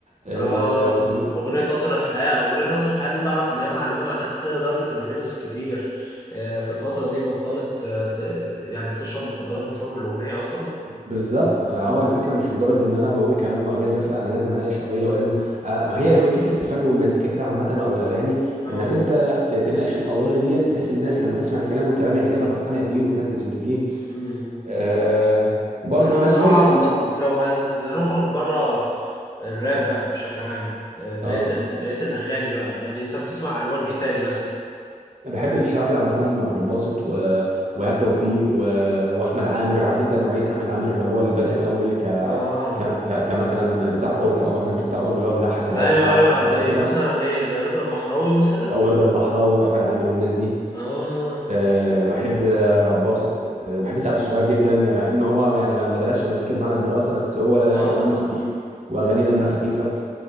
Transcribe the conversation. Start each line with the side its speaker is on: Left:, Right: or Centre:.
Right: آه،
Left: اه
Right: و-
Left: آه. اغنية قطر الحياة اغنية قطر الحياة دي تعرف ان هي معلمة مع ناس كتير لدرجة ان في ناس كتير آه، في الفترة دي بطلت آه، ت- ت- يعني تشرب مخدرات بسبب الاغنية اصلا
Right: بالظبط فهو الفكره مش مجرد ان انا بقول كلام واغاني بس لا انا لازم اناقش قضيه ولازم آه، ما هي هو فكره الفن والمزيكا كده عامه او الاغاني
Left: اه
Right: انك انت ت- تناقش القضايا دي بحيث الناس لما تسمع الكلام والكلام يعجبها تقتنع بيه وتنفذ اللي فيه
Left: مم.
Right: آه وبرضه
Left: انا
Right: الناس
Left: بصراحه
Right: برضه ال-
Left: طب لو هنخرج بره الراب بقى بشكل عام آه، بقيه
Right: اه
Left: ال... بقيه الاغاني بقى يعني انت بتسمع الوان ايه تاني مثلا
Right: أنا بحب الشعبي عامة عبد الباسط و... وإيهاب توفيق و... وأحمد عامر عارف أنت نوعية أحمد عامر اللي هو اللي بدأ الأول ك...
Left: اه
Right: ك... ك... كمثلا بتاع أورج أو مثلا مش بتاع أورج اللي هو بتاع حفلات
Left: ايوه
Right: وبتاع
Left: ايوه
Right: فرح
Left: زي
Right: وكده
Left: مثلا ايه زي رضا البحراوي مثلا
Right: أو رضا البحراوي وأحمد عامر والناس دي
Left: اه
Right: أه بحب شعب باسط أه بحب سعد الصغير جدا يعني مع ان هو يعني ما ما درسش مزيكا بمعنى الدراسه بس هو
Left: اه
Right: دمه خفيف واغانيه
Left: مم.
Right: دمها خفيفه